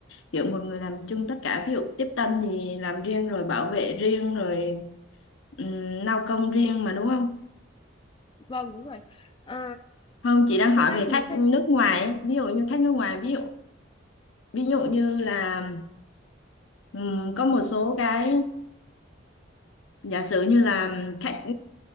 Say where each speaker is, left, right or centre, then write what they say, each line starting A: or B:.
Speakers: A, on the left; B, on the left.
A: kiểu một người làm chung tất cả ví dụ tiếp tân thì làm riêng rồi bảo vệ riêng rồi um, lao công riêng mà đúng không
B: <laughs> vâng đúng rồi Ờ,
A: không chị đang
B: thực
A: hỏi
B: ra
A: về
B: thì
A: khách
B: khách
A: nước ngoài ấy. ví dụ như khách nước ngoài ví dụ ví dụ như là Ừm, có một số cái giả sử như là khách